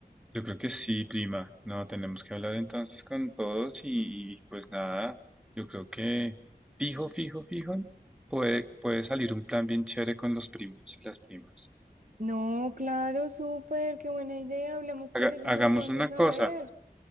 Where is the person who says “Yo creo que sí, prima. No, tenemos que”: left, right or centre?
Centre